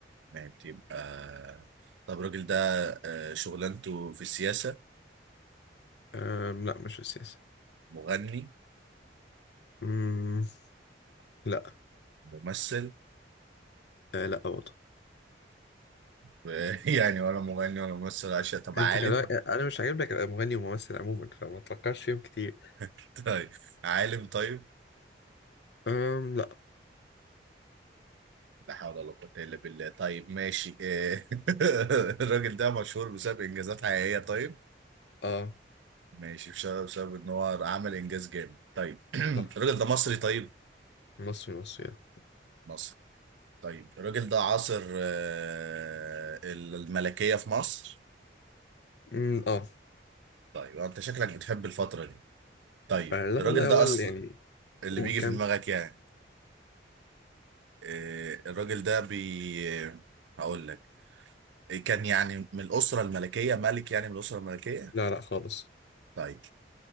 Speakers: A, on the right (about 80°); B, on the left (about 65°).
A: مات يبقى طب الراجل ده آه، شغلانته في السياسة
B: آم، لا مش في السياسة
A: مغني
B: مم، لا
A: ممثل
B: آه لا برضه
A: <laughs> يعني ولا مغني ولا ممثل عشان طب
B: انت
A: عالم
B: خلي بالك انا مش عاجبك ابقى مغني وممثل عموما فما تفكرش فيهم كتير
A: <laughs> طيب عالم طيب
B: أم لا
A: لا حول ولا قوة إلا بالله طيب ماشي إيه. <laughs> الراجل ده مشهور بسبب إنجازات حقيقية طيب
B: اه
A: ماشي بسبب بسبب إن هو عمل إنجاز جامد طيب <clears throat>
B: لا.
A: الراجل ده مصري طيب
B: مصري مصري اه
A: مصري طيب الراجل ده عاصر آه، الملكية في مصر
B: أمم، آه.
A: طيب أنت شكلك بتحب الفترة دي طيب
B: آه، لا
A: الراجل
B: والله
A: ده
B: هو ال-
A: أصل
B: يعني
A: اللي
B: هو
A: بيجي
B: كام
A: في دماغك يعني آه، الراجل ده بي هقول لك كان يعني من الأسرة الملكية ملك يعني من الأسرة الملكية
B: لا لا خالص
A: طيب